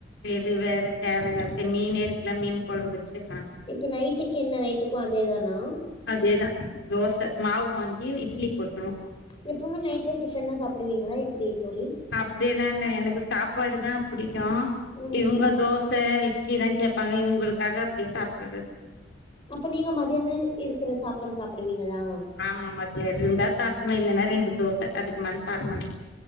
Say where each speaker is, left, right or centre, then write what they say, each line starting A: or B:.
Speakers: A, on the left; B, on the left.
A: இது வேற தேவ இல்லாதது மீன் இருக்குல்ல மீன் கொழம்பு வச்சிர்லா
B: இப்ப நைட்டுக்கு என்ன நைட்டுக்கு அதே தானா
A: அதேதா தோச மாவு வாங்கி இட்லி போட்டுருவோ
B: எப்பவுமே நைட்ல டிஃபன் தா சாப்டுவீங்களா எப்டி தோழி
A: அப்டியெல்லா இல்ல எனக்கு சாப்பாடு தா புடிக்கு
B: ம்
A: இவங்க தோச இட்லிதா கேட்பாங்க இவங்களுக்காக அப்டியே சாப்டுறது
B: அப்ப நீங்க மதியியானம் இருக்குற சாப்பாட சாப்டுவீங்கலா
A: ஆமா மதிய இருந்தா சாப்டுவே இல்லன்னா ரெண்டு தோச அதுக்கு மேல பாடமாட்டே